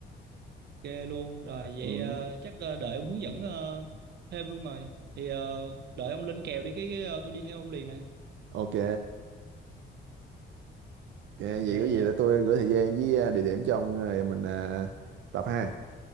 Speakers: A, on the right; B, on the right.
A: ghê luôn rồi vậy
B: ừ,
A: ờ, chắc ờ, đợi ông hướng dẫn ờ, thêm luôn rồi thì ờ, đợi ông lên kèo đi cái, cái ờ, tôi đi theo ông liền nè
B: ok ok vậy
A: ghê
B: có gì
A: giờ
B: để tôi gửi thời gian với à, địa điểm cho ông rồi mình à, tập ha